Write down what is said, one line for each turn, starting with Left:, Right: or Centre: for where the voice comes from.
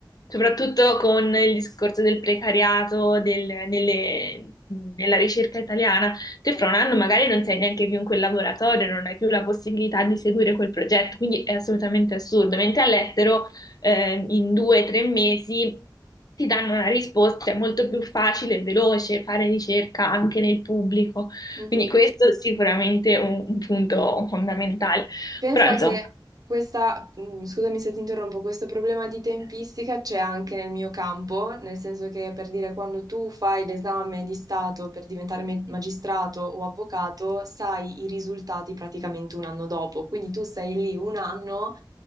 Left: soprattutto con il discorso del precariato, del- nelle- nella ricerca italiana, te fra un anno magari non sei neanche più in quel laboratorio, non hai più la possibilità di seguire quel progetto, quindi è assolutamente assurdo. Mentre all'estero, ehm, in due o tre mesi ti danno una risposta, è molto più facile e veloce fare ricerca anche nel pubblico.
Right: Mhm.
Left: Quindi questo è sicuramente un un punto fondamentale.
Right: Pensa
Left: Pronto?
Right: che questa, mm, scusami se ti interrompo, questo problema di tempistica c'è anche nel mio campo, nel senso che per dire quando tu fai l'esame di stato per diventare me- magistrato o avvocato, sai i risultati praticamente un anno dopo, quindi tu sei lì un anno